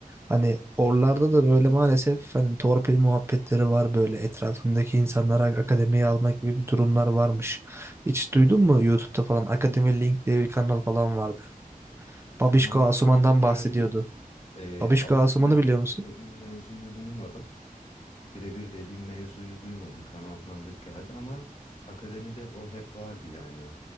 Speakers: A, on the right (about 15°); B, on the left (about 45°).
A: Hani oralarda da böyle maalesef hani torpil muhabbetleri var böyle etrafındaki insanlara akademiye almak gibi bir durumlar varmış. Hiç
B: Tabii.
A: duydun mu YouTube'da falan Akademi Link diye bir kanal falan vardı. Babişko
B: Kanal
A: Asuman'dan
B: tanıdık geldi
A: bahsediyordu.
B: ee,
A: Babişko
B: ama
A: Asuman'ı
B: birebir
A: biliyor musun?
B: dediğim mevzuyu duymadım. birebir dediğim mevzuyu duymadım. Kanal tanıdık geldi ama akademide o hep vardı yani.